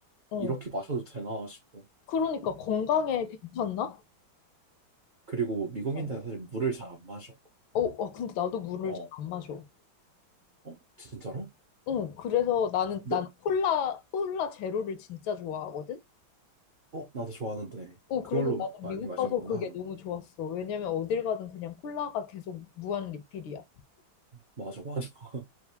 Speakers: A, on the left; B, on the right.
A: 어.
B: 이렇게 마셔도 되나 싶어.
A: 그러니까 건강에 괜찮나?
B: 그리고 미국인들은
A: 어,
B: 사실 물을 잘 안 마셔.
A: 어, 어, 근데 나도 물을
B: 어,
A: 잘 안 마셔.
B: 어, 진짜로?
A: 응, 그래서 나는,
B: 네,
A: 난 콜라, 콜라 제로를 진짜 좋아하거든?
B: 어, 나도 좋아하는데.
A: 어,
B: 그걸로
A: 그래서 나는
B: 많이
A: 미국
B: 마시는구나.
A: 가서 그게 너무 좋았어. 왜냐면 어딜 가든 그냥 콜라가 계속 무한 리필이야.
B: 맞아, 맞아. <laughs>